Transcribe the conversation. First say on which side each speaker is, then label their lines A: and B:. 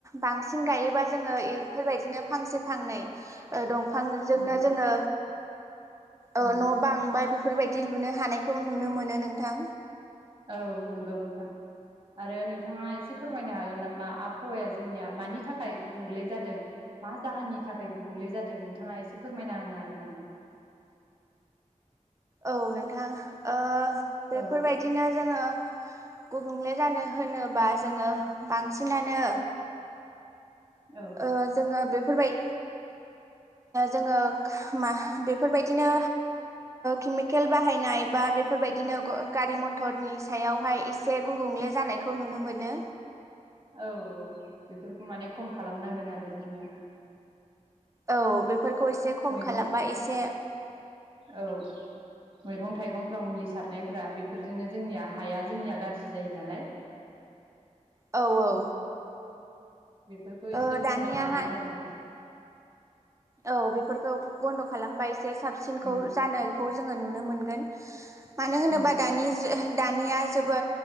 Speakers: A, on the right; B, on the right.
A: बांसिन गायोबा जोङो बेफोरबायदिनो फांसे फांनै दंफां दफांजोंनो
B: उम
A: जोङो ओ
B: उम
A: न बां बाय फोरखो बेफोरबायदि लुनो हानायखौ नु नुनो मोनो नोंथां।
B: औ नंगौ नोंथां आरो नोंथाङा एसे फोरमायनो हागोन नामा? आबहावाया जोंनिया मानि थाखाय गुबुंले जादों? मा जाहोननि थाखाय गुबुंले जादों नोंथाङा एसे फोरमायना होनो हागोन नामा?
A: औ नोंथां ओ बेफोरबायदिनो
B: औ
A: जोङो गुबुंले जानो होनोबा जोङो बांसिनानो
B: औ
A: ओ जोङो बेफो बेफोर बाय जोङो मा बेफोरबायदिनो केमिकेल बाहायनाय बा बेफोरबायदिनो गारि मथरनि सायावहाय एसे गुबुंले जानायखौ नुनो मोनो।
B: औ औ बेफोरखौ माने खम खालामनांगोन आरो जोंनिया
A: औ बेफोर बेफोरखौ एसे खम
B: मैगं
A: खालामबा एसे
B: औ मैगं थाइगंफ्राव मुलि सारनायफ्रा बेफोरजोंनो जोंनिया हाया जोंनिया गाज्रि जायो नालाय।
A: औ औ।
B: बेफोरखो एसे
A: ओ दानियाहाय
B: बन्द खालामनांगोन आरो।
A: औ बेफोरखौ बन्द खालामबा एसे साबसिनखौ
B: उम
A: जानायखौ जोंङो नुनो मोनगोन। मानो होनोबा
B: उम
A: दानि जो दानिया जोबो